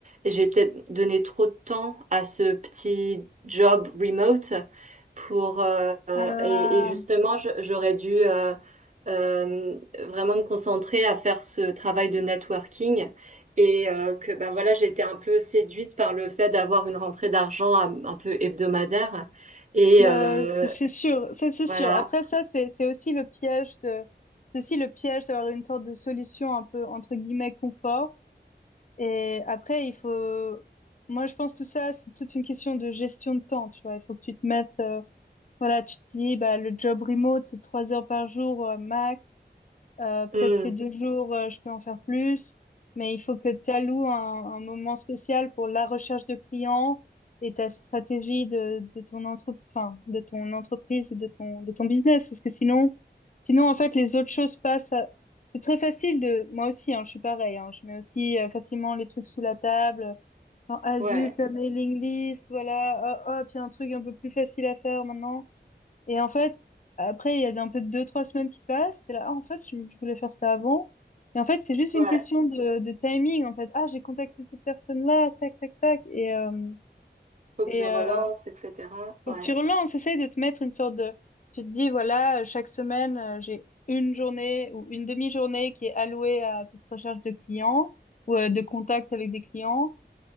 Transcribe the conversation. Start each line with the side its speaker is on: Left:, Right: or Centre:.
Right: j'ai peut-être donné trop de temps à ce petit job remote pour euh,
Left: Euh,
Right: et, et justement je- j'aurais dû euh, euh, vraiment me concentrer à faire ce travail de networking et euh, que ben voilà j'étais un peu séduite par le fait d'avoir une rentrée d'argent un, un peu hebdomadaire et
Left: Bah,
Right: euh,
Left: c'est c'est sûr, ça c'est
Right: voilà
Left: sûr. Après ça, c'est c'est aussi le piège de, c'est aussi le piège d'avoir une sorte de solution un peu entre guillemets confort. Et après, il faut, moi je pense tout ça, c'est toute une question de gestion de temps. Tu vois, il faut que tu te mettes, euh, voilà, tu te dis, bah le job remote c'est trois heures par jour euh, max. Euh, peut-être
Right: Hmm.
Left: ces deux jours, euh, je peux en faire plus, mais il faut que tu alloues un, un moment spécial pour la recherche de clients et ta stratégie de, de ton entre- enfin, de ton entreprise ou de ton, de ton business. Parce que sinon, sinon, en fait, les autres choses passent à- C'est très facile de, moi aussi, hein, je suis pareil, hein, je mets aussi euh, facilement les trucs sous la table. Genre, ah
Right: ouais
Left: zut, la mailing list, voilà, hop, hop, il y a un truc un peu plus facile à faire maintenant. Et en fait, après, il y a un peu de deux, trois semaines qui passent. T'es là, ah, en fait, je, je voulais faire ça avant. Et en fait, c'est juste une
Right: ouais
Left: question de, de timing, en fait. Ah, j'ai contacté cette personne-là, tac, tac, tac. Et, euh,
Right: faut
Left: et
Right: que je relance
Left: euh,
Right: etc
Left: faut
Right: ouais
Left: que tu relances. Essaye de te mettre une sorte de... Tu te dis, voilà, chaque semaine, euh, j'ai une journée ou une demi-journée qui est allouée à cette recherche de clients ou euh, de contact avec des clients